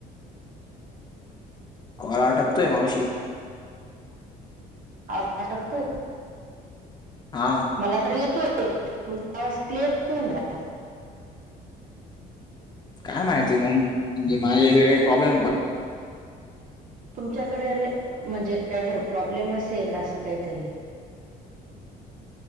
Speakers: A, on the left (about 25°); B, on the right (about 50°).
A: कॉल अटकतोय मावशी
B: आज अटकतोय
A: हा
B: मला तर येतोय तुमचा आवाज क्लिअर येतोय मला
A: काय माहिती मग म्हणजे माझे काही प्रॉब्लेम
B: तुमच्याकडे म्हणजे काहीतरी प्रॉब्लेम असेल असं काहीतरी